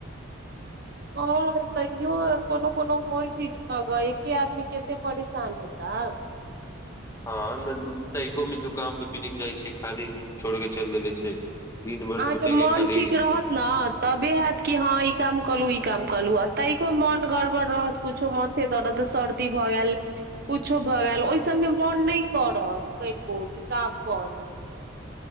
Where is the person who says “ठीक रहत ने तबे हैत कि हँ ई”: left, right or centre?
Right